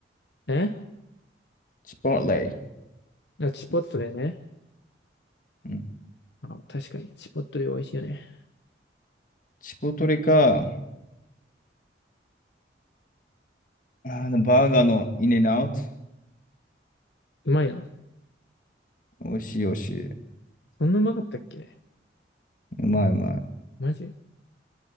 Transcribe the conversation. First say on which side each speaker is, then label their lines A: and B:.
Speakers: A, on the left; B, on the left.
A: え
B: チポレ
A: あチポットでね。
B: うん。
A: あ、確かに、チポットで美味しいよね。
B: チポトレか、あの、バーガーのインエンアウト。
A: うまいな。
B: 美味しい美味しい。う
A: そんなうまかったっけ
B: まいうまい。
A: マジ